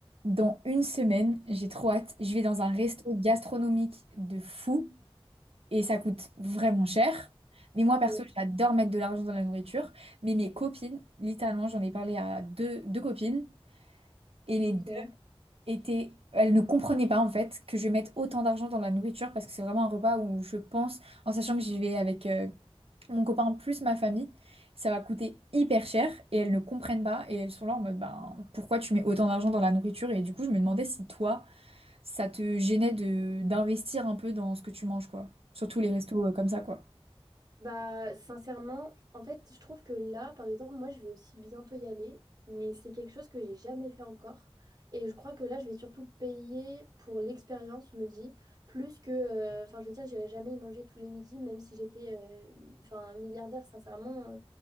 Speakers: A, on the right; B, on the right.
A: Dans une semaine, j'ai trop hâte. Je vais dans un resto gastronomique de fou et ça coûte vraiment cher. Mais moi, perso,
B: Ouais,
A: j'adore mettre de l'argent dans la nourriture. Mais mes copines, littéralement, j'en ai parlé à deux, deux copines et les
B: c'est
A: deux
B: clair.
A: étaient. Elles ne comprenaient pas en fait que je mette autant d'argent dans la nourriture parce que c'est vraiment un repas où je pense, en sachant que j'y vais avec euh, mon copain plus ma famille, ça va coûter hyper cher et elles ne comprennent pas et elles sont là en mode ben pourquoi tu mets autant d'argent dans la nourriture et du coup je me demandais si toi ça te gênait de d'investir un peu dans ce que tu manges, quoi. Surtout les restos euh, comme ça, quoi.
B: Bah, sincèrement, en fait, je trouve que là, par exemple, moi, je vais aussi bientôt y aller, mais c'est quelque chose que j'ai jamais fait encore. Et je crois que là, je vais surtout payer pour l'expérience, je me dis, plus que, euh, enfin, je veux dire, j'irai jamais y manger tous les midis, même si j'étais, euh, enfin, milliardaire, sincèrement. euh,